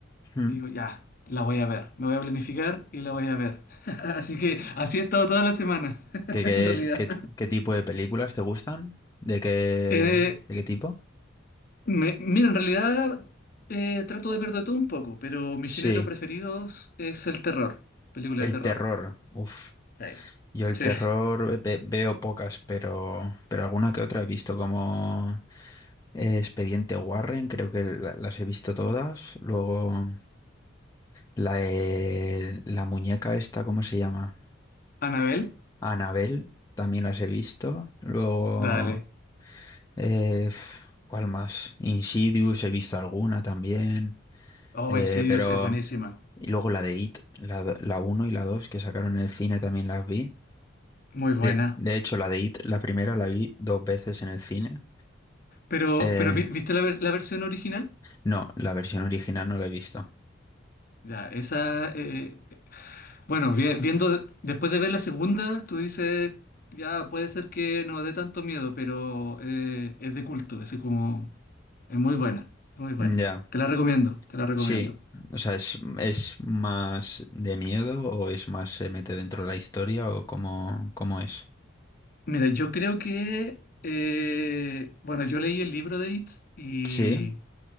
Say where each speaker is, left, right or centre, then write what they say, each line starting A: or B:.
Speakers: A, on the left (about 20°); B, on the left (about 45°).
A: Mm.
B: Y digo, ya, la voy a ver. Me voy a planificar y la voy a ver. <laughs> Así que así he estado toda la semana, <laughs>
A: ¿Qué, qué,
B: en realidad.
A: qué, qué tipo de películas te gustan? ¿De qué,
B: Eh,
A: de qué tipo?
B: Me- mira, en realidad eh, trato de ver de todo un poco, pero mi
A: Sí,
B: género preferido es el terror, película
A: el
B: de terror.
A: terror. Uf,
B: Sí.
A: yo el
B: Sí.
A: terror ve- veo pocas, pero, pero alguna que otra he visto, como eh, Expediente Warren, creo que la- las he visto todas. Luego la, de- la muñeca esta, ¿cómo se llama?
B: Anabel,
A: Anabel, también las he visto. Luego,
B: dale.
A: eh, f- ¿cuál más? Insidious, he visto alguna también.
B: Oh,
A: Eh,
B: en serio,
A: pero,
B: es es buenísima.
A: y luego la de It, la, do- la 1 y la 2 que sacaron en el cine también las vi.
B: Muy buena.
A: De, de hecho, la de It, la primera la vi dos veces en el cine.
B: Pero,
A: Eh,
B: pero vi- ¿viste la, ver- la versión original?
A: no, la versión original no la he visto.
B: Ya, esa... eh, eh, bueno, vi- viendo... Después de ver la segunda, tú dices... Ya, puede ser que no dé tanto miedo, pero eh, es de culto. Es como... Es muy buena, muy buena.
A: Ya,
B: Te la recomiendo, te la recomiendo.
A: sí. O sea, ¿es, es más de miedo o es más se mete dentro de la historia o cómo, cómo es?
B: Mira, yo creo que, eh, bueno, yo leí el libro de It y,
A: Sí.